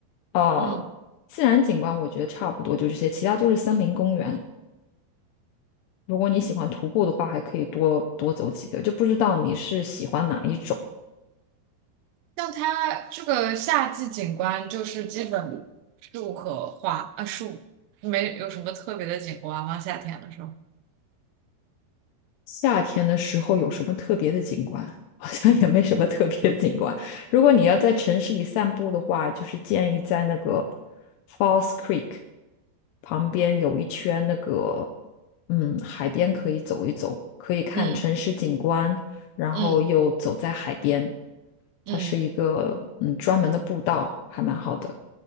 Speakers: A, on the left; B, on the right.
A: 呃自然景观，
B: 嗯。
A: 我觉得差不多就这些，其他都是森林公园。如果你喜欢徒步的话，还可以多多走几个。就不知道你是喜欢哪一种。
B: 像它这个夏季景观就是基本树和花啊，树没有什么特别的景观吗？夏天的时候？
A: 夏天的时候有什么特别的景观？<laughs> 好像也没什么特别的景观。如果你要在城市里散步的话，就是建议在那个 Falls Creek 旁边有一圈那个，嗯，海边可以走一走，可以看城市景观，
B: 嗯
A: 然后又走在海边。
B: 嗯嗯
A: 它是一个嗯专门的步道，还蛮好的。